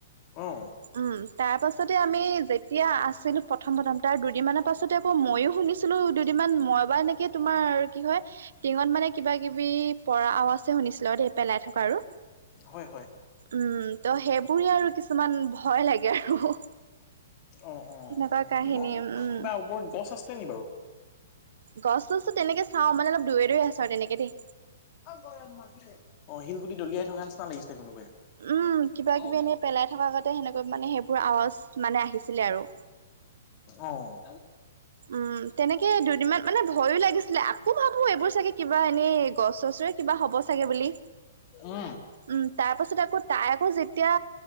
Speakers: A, on the left; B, on the right.
A: অ'।
B: উম তাৰ পাছতে আমি যেতিয়া আছিলো প্ৰথম প্ৰথম তাৰ দুদিন মানৰ তাৰ পাছতে আকৌ মইয়ো শুনিছিলো দুদিনমান মই বা এনেকে তোমাৰ কি হয় টিঙত মানে কিবা কিবি বি পৰা আৱাজ শুনিছিলো পেলাই থকা আৰু
A: হয়, হয়,
B: উম ত সেই পুৰি আৰু কিছুমান ভয় লাগে আৰু
A: অ অ
B: তেনেকুৱা কাহিনী
A: টিঙত
B: উম
A: কিবা ওপৰত গছ আছে নেকি বাৰু
B: গছ চছো তেনেকে চাওঁ মানে অল দুৰে দুৰে আছে আৰু তেনেকে দেই
A: গৰম মা অ শিলগুটি দলিয়াই থকা নিচিনা লাগিছে কোনোবাই
B: উম কিবা
A: অ',
B: কিবি এনে পেলাই থকা আগতে সেনেকৈ মানে সেইবোৰ আৱাজ মানে আহিছিলে আৰু
A: অ
B: উম তেনেকে দুদিনমান মানে ভয়ো লাগিছিলে আকৌ ভাবো এইবোৰ চাগে কিবা এনেই গছ চছৰে কিবা হ'ব চাগে বুলি
A: অ
B: উম তাৰ পাছত আকৌ তাই আকৌ যেতিয়া